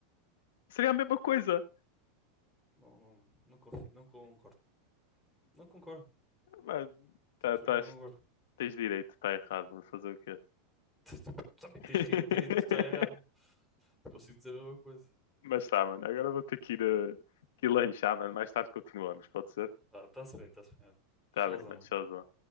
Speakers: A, on the left; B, in the centre.
A: Seria a mesma coisa.
B: Não, não, não confio, não concordo. Não concordo,
A: Mas tá-
B: simplesmente
A: tás-
B: não concordo. <laughs>
A: tens direito, está errado, vamos fazer o quê?
B: Tu tu- tu Também
A: <laughs>
B: tens ri- direito de estar errado. Consigo dizer a mesma coisa.
A: Mas tá, mano, agora vou ter que ir, eh, que ir lanchar, mano. Mais tarde continuamos, pode ser?
B: Tá, tá-se bem, tá-se bem. Olha, Tchauzão.
A: Tá bem, mano, tchauzão.
B: mano.